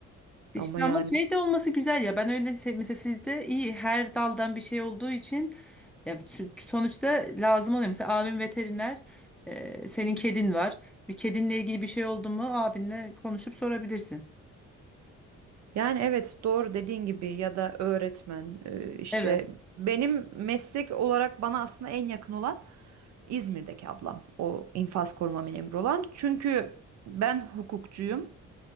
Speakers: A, in the centre; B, on the right.
A: İşte
B: Ama yani.
A: ama şey de olması güzel ya ben öyle se- mesela sizde iyi her daldan bir şey olduğu için Ya şu- sonuçta lazım oluyor. Mesela abim veteriner, e, senin kedin var. Bir kedinle ilgili bir şey oldu mu abinle konuşup sorabilirsin.
B: Yani evet doğru dediğin gibi ya da öğretmen e, işte
A: Evet
B: benim meslek olarak bana aslında en yakın olan İzmir'deki ablam o infaz koruma memuru olan. Çünkü ben hukukçuyum